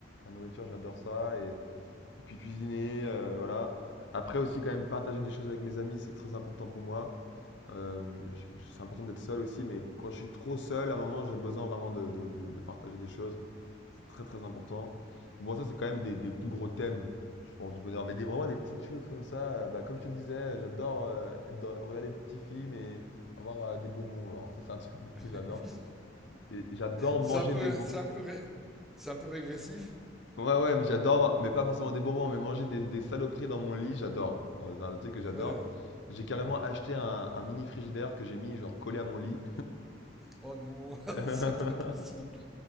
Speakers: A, on the left; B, in the centre.
A: La nourriture, j'adore ça. Et, et puis cuisiner, euh, voilà. Après aussi, quand même, partager des choses avec mes amis, c'est très important pour moi. Euh, je- je- c'est important d'être seul aussi, mais quand je suis trop seul, à un moment, j'ai besoin vraiment de, de- de- de partager des choses. C'est très très important. Bon, ça, c'est quand même des, des plus gros thèmes, je pense, du bonheur. Mais des, vraiment des petites choses comme ça. euh, bah, comme je te disais, euh, j'adore euh, être dans- regarder des petits films et avoir euh, des bonbons. Genre, ça, c'est un truc de fou,
B: <laughs>
A: que j'adore.
B: oui.
A: Et j'adore
B: C'est
A: manger
B: un peu,
A: des bonbons.
B: c'est un peu, ré- c'est un peu régressif.
A: Ouais, ouais, mais j'adore, mais pas forcément des bonbons, mais manger des, des saloperies dans mon lit, j'adore. Euh, C'est un truc que j'adore.
B: Ouais, ouais.
A: J'ai carrément acheté un, un mini frigidaire que j'ai mis, genre, collé à mon lit.
B: Oh non,
A: <laughs>
B: <laughs> c'est pas possible.